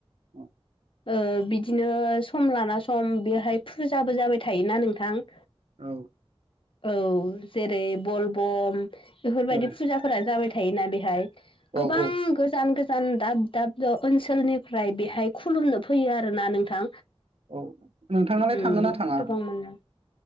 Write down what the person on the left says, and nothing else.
ओ बिदिनो सम लाना सम बेहाय फुजाबो जाबाय थायोना नोंथां।
औ जेरै बलबम बेफोरबायदि
फुजाफोरा जाबाय थायोना बेहाय। गोबां
गोजान-गोजान दाब-दाब द ओनसोलनिफ्राय बेहाय। खुलुमनो फैयो आरोना नोंथां
उम
गोबां मोनो।